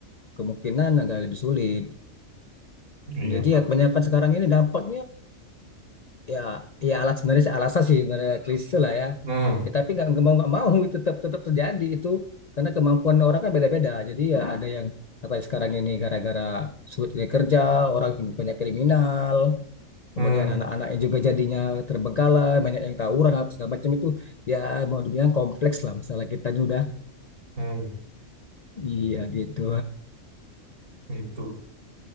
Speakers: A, on the left; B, on the right.
A: kemungkinan agak lebih sulit.
B: iya
A: Jadi
B: Pak.
A: ya kebanyakan sekarang ini dampaknya ya ya alat sebenarnya sih alasan sih sebenarnya klise lah ya
B: Hmm,
A: ya tapi nggak nggak mau nggak mau tetap tetap terjadi itu karena kemampuan orang kan beda-beda jadi ya ada yang kata sekarang ini gara-gara sulit ini kerja orang banyak kriminal
B: hmm,
A: kemudian anak-anaknya juga jadinya terbengkalai banyak yang tawuran apa segala macam itu ya mau dibilang kompleks lah masalah kita ini udah
B: hmm,
A: iya gitu
B: gitu.